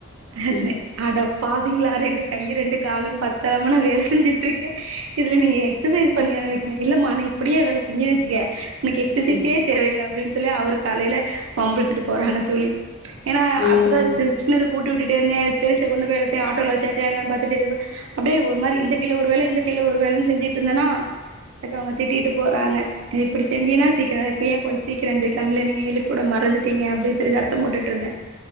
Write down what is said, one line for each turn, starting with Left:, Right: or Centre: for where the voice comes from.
Right: நா
Left: ம்.
Right: சொன்னே அடப்பாவீங்ளா ரெண்டு கையு ரெண்டு காலும் பத்தாம நா வேல செஞ்சுட்ருக்கே இதுல நீங்க எகஸ்சசைஸ் பண்ணியன்னு வேற ம் இல்லமா நீ இப்டியே வேல செஞ்சன் வெச்சுக்க எனக்கு எக்ஸ்சசைஸே
Left: ம். ம்.
Right: தேவயில்ல அப்டின் ஸ் சொல்லி அவரு காலைல வம்புலுத்துட்டு போறாங்க தோழி ஏனா
Left: ம்.
Right: அப்பதா சி சின்னது ஊட்டிவுட்டுடேந்தே பெருச கொண்டுபோய் எல்லாத்தையும் ஆட்டோல வச்சாச்சே எல்லா பாத்துட்டே இருப்ப அப்டியே ஒரு மாரி இந்த கைல ஒரு வேல இந்த கைல ஒரு வேலன் செஞ்சிட்ருந்தனா அதுக்கு அவங்க திட்டிட்டு போறாங்க அ இப்டி செஞ்சீனா சீக்கிர <unintelligible> கொஞ்ச சீக்ரம் எந்திரிக்கிலா இல்ல நீ எழிப்புட மறந்துட்டீங்க அப்டினு சொல்லிதா த்தம் போட்டுட்ருந்த